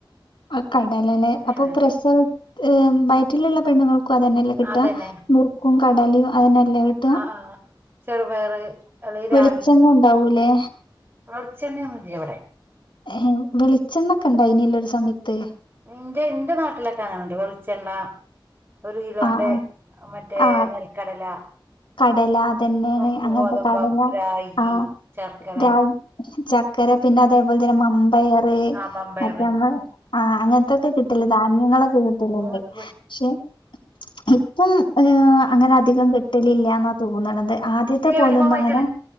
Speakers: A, on the left (about 75°); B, on the right (about 30°).
A: ആ കടല അല്ലേ
B: അങ്ങനെയാണ്
A: അപ്പൊ പ്രസവ് വയറ്റിലുള്ള പെണ്ണുൾക്കും അതന്നെല്ലേ കിട്ട
B: അതന്നെ
A: നുർക്കും കടലിയും അതെന്നെല്ലെ കി
B: ആഹ ആ ചെറുപയറ് അല്ലെക്കിൽ
A: വെളിച്ചെണ്ണ
B: രാഗി.
A: ഉണ്ടാവൂലേ
B: വെളിച്ചെണ്ണയൊന്നുഇല്ല ഇവിടെ.
A: ഏഹ് വെളിച്ചെണ്ണൊക്കെ ഉണ്ടായിനല്ലോ ഒരു സമയത്ത്.
B: ഇന്റെ ഇന്റെ നാട്ടിലൊക്കെ അങ്ങനെണ്ട് വെളിച്ചെണ്ണ. ഒരു കിലോന്റെ
A: ആഹ് ആഹ്
B: മറ്റേ
A: ആഹ്
B: നെൽക്കടല.
A: കടല അതന്നെയാണ്
B: നുറുക്ക്
A: അങ്ങനത്തെ
B: ഗോതമ്പം
A: കടല
B: രാഗി
A: ആ
B: ശർക്കര
A: രാഗി. ചക്കര പിന്നെ അതേപോലെ തന്നെ മമ്പയർ ർ
B: ആമമ്പയർ
A: മറ്റേനമ്മൾ ആ അങ്ങനത്തൊക്കെ കിട്ടൽ ധാന്യങ്ങളൊക്കെ കിട്ടലുണ്ട്
B: ഒന്ന്
A: പക്ഷെ.
B: പോയി
A: ഇപ്പം ഏ അങ്ങനെ അധികം കിട്ടലില്ല എന്നാ തോന്നണത് ആദ്യത്തെ
B: നീ
A: പോലെന്നും
B: യൂണിഫോം അഴിച്ചിട്
A: അങ്ങനെ.